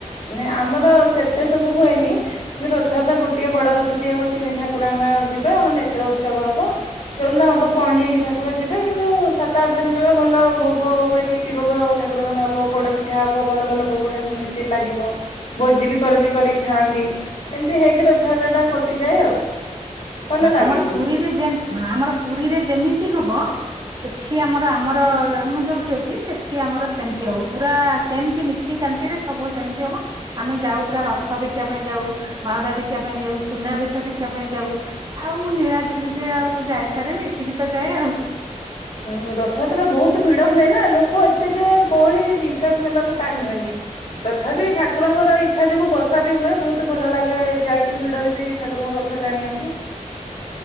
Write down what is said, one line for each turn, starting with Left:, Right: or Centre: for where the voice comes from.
Left: ନାଇ ଆମର ସେତେ ସବୁ ହୁଏନି। କିନ୍ତୁ ରଥଯାତ୍ରା ଗୋଟିଏ ବଡ ରଥଟି ହବ ତିନି ଠାକୁରାଙ୍ଗ ଯିବେ ଆମର ନେତ୍ର ଉତ୍ସବ ହବ। ଯୋଉଦିନ ହବ ପହଣ୍ଡି ହେଇକି ଠାକୁର ଯିବେ କିନ୍ତୁ ସାତ ଆଠ ଦିନ ଗଲା ଭଲ ଭୋଗ ହୁଏ। ତି ଭୋଗ ଠାକୁରଙ୍କର ହବ, ପୋଡ ପିଠା ହବ ଭଲ ଭଲ ଭୋଗ ଠାକୁର ନୀତି ଲାଗ ଗିବ, ଭୋଜି ବି କରନ୍ତି କରିକି ଖାଆନ୍ତି। ଏମିତି ହେଇକି ରଥଯାତ୍ରା ଟା କଟିଯାଏ ଆଉ। ଭଲ
Right: ହଁ
Left: ଲାଗେ
Right: ଆମର
Left: ବହୁତ।
Right: ପୁରୀରେ ଯେମତି ହଁ ଆମର ପୁରୀରେ ଯେମିତି ହବ ଏଠି ଆମର ଆମର ମୁଁ ଯୋଉଠି ଅଛି ସେଠି ଆମର ସେମିତି ହବ ପୁରା ସେମତି ନୀ ତି କାନ୍ତିରେ ସବୁ ସେମତି ହବ। ଆମେ ଯାଉ ପୁରା ରଥ ଦେଖିବା ପାଇଁ ଯାଉ, ବାହୁଡା ଦେଖିବା ପାଇଁ ଯାଉ, ସୁନାବେଶ ଦେଖିବା ପାଇଁ ଯାଉ। ଆଉ ମୁଁ ନୀଳାଦ୍ରି ବିଜେ ଆଉ ଯାଇପାରେନି ଏତିକି ତ ଯାଏ ଆଉ।
Left: ହୁଁ, ରଥଯାତ୍ରା ବହୁତ ଭିଡ ହୁଏ ନା, ଲୋକ ଏତେ ଯେ ଗହଳି ନିଶ୍ୱାସ ନେବାକୁ ଟାଇମ୍ ହୁଏନି। ତଥାପି ଠାକୁରଙ୍କର ଇଚ୍ଛା ଯୋଗୁ ବର୍ଷା ବି ହୁଏ। ବହୁତ ଭଲ ଲାଗେ ଯାଇକି ଭିଡରେ ବି ଠାକୁରଙ୍କ ର ଥ ଟାଣିବାକୁ।